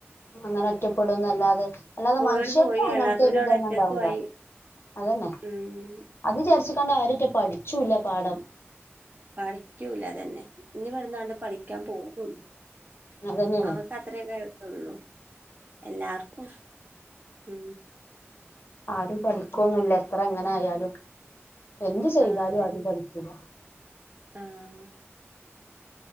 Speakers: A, on the left (about 60°); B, on the right (about 40°).
A: അങ്ങനെ ഒറ്റപ്പെടുന്നല്ലാതെ അല്ലാതെ
B: പോയോര്
A: മനുഷ്യർക്ക്
B: പോയി
A: അങ്ങനത്തെ
B: അല്ലാത്തോര്
A: ഇതന്നെ
B: അവിടെ ഒറ്റക്കു
A: ഉണ്ടാവൂല
B: ആയി
A: അതന്നെ
B: ഉം
A: അത് വിചാരിച്ചിക്കാണ്ട് ആരൂട്ടെ പഠിച്ചൂല്ല പാഠം
B: പഠിക്കൂല അതന്നെ ഇനി വരുന്നാണ്ട് പഠിക്കാൻ പോകില്ല
A: അതന്നെയാണ്
B: അവർക്ക് അത്രയക്കഇത് ഉള്ളു എല്ലാർക്കും ഉ
A: ആരും പഠിക്കുന്നുല്ല എത്ര എങ്ങനെ ആയാലും എന്ത് ചെയ്താലും
B: ആഹ് അതന്നെ
A: ആരും പഠിക്കില്ല
B: ആഹ്